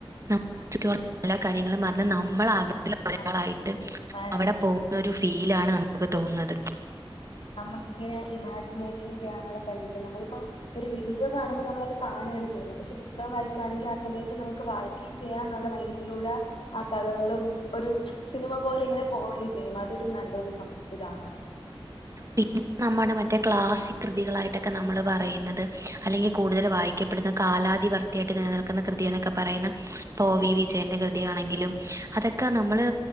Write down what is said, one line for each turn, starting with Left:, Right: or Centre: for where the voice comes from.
Right: നമ്മടെ ചുറ്റുപാടും എല്ലാ കാര്യങ്ങളും പറഞ്ഞ് നമ്മള് അ തിലെ ഒരാളായിട്ട്
Left: അതാ ഇമാജ്
Right: അവിടെ പോന്നൊരു ഫീലാണ് നമുകൊക്കെ തോന്ന്ന്നത്
Left: നമ്മക്കിങ്ങനെ ഇമാജിനേഷൻ ചെയ്യാന്ള്ള കഴിവ് കിട്ടും നമ്മളിപ്പോ ഒരു വീഡിയോ കാണുമ്പോ നമ്മളത് കാണാണ് ചെയ്യുന്നെ പക്ഷെ പുസ്തകം വായിക്കയാണെങ്കിലാ സമയത്ത് നമുക്ക് വായിക്കാം ഇനി ചെയ്യാന്നൊള്ള മൈൻഡിലൂടെ ആഹ് കഥകളും ഒരു സിനിമ പോലെ ഇങ്ങനെ പോവേം ചെയ്യും അതൊരു നല്ലൊരു സം ഇതാണ്
Right: പിന്നെ നമ്മടെ മറ്റേ ക്ലാസിക് കൃതികളായിട്ടക്കെ നമ്മള് പറയ്ന്നത് അല്ലെങ്കി കൂടുതല് വായിക് ക്കപ്പെടുന്ന കാലാതിവർത്തിയായിട്ട് നിലനിൽക്ക്ന്ന കൃതിന്നക്കെ പറയ്ന്ന ഇപ്പൊ ഒ വി വിജയന്റെ കൃതിയാണെങ്കിലും അതക്കെ നമ്മള്